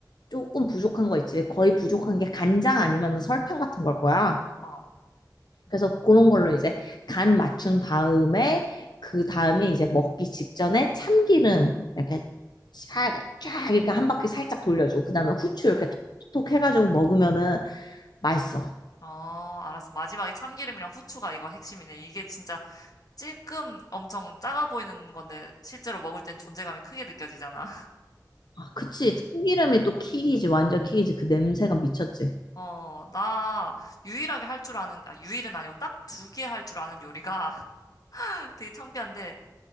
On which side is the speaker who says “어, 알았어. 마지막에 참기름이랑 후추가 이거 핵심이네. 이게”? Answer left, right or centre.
Left